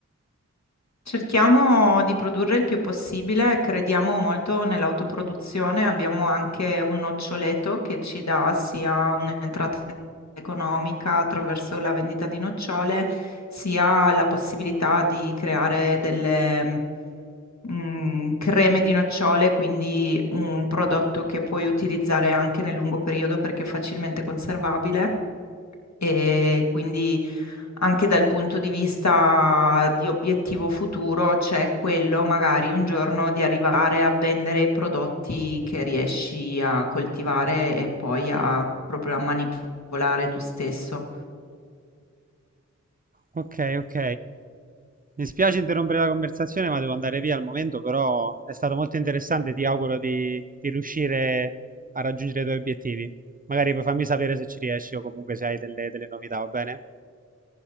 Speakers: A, on the left (about 65°); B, on the right (about 30°).
A: Cerchiamo di produrre il più possibile, crediamo molto nell'autoproduzione, abbiamo anche un noccioleto che ci dà sia un'entrata economica attraverso la vendita di nocciole, sia la possibilità di creare delle mm, creme di nocciole, quindi un prodotto che puoi utilizzare anche nel lungo periodo perché è facilmente conservabile e quindi anche dal punto di vista di obiettivo futuro c'è quello magari un giorno di arrivare a vendere i prodotti che riesci a coltivare e poi a proprio a manipolare tu stesso.
B: Ok, ok. Mi spiace interrompere la conversazione, ma devo andare via al momento, però è stato molto interessante. Ti auguro di, di riuscire a raggiungere i tuoi obiettivi. Magari poi fammi sapere se ci riesci o comunque se hai delle, delle novità, va bene?